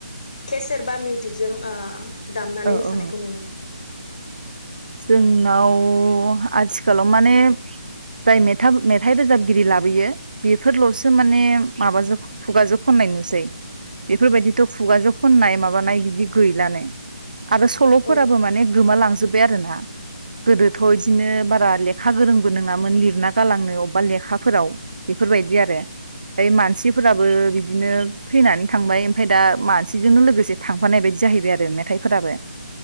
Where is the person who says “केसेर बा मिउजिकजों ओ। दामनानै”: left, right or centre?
Left